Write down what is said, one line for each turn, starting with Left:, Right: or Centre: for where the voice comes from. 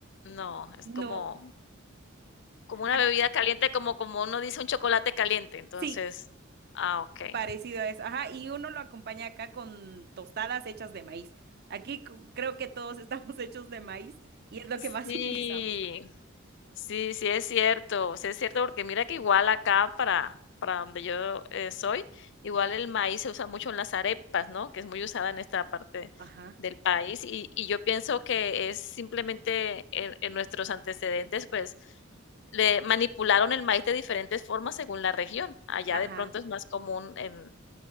Left: No, es
Right: No,
Left: como como una
Right: ac-
Left: bebida caliente, como como uno dice un chocolate caliente, entonces
Right: sí,
Left: ah, okey.
Right: Parecido a eso. Ajá, y uno lo acompaña acá con tostadas hechas de maíz. Aquí c- creo que todos <laughs> estamos hechos de maíz y es lo
Left: Sí.
Right: que más <laughs> utilizamos.
Left: Sí, sí es cierto, sí es cierto, porque mira que igual acá para, para donde yo eh, soy, igual el maíz se usa mucho en las arepas, ¿no? Que es muy usada en esta parte
Right: Ajá,
Left: del país y, y yo pienso que es simplemente en, en nuestros antecedentes, pues le manipularon el maíz de diferentes formas según la región. Allá
Right: ajá,
Left: de pronto es más común en,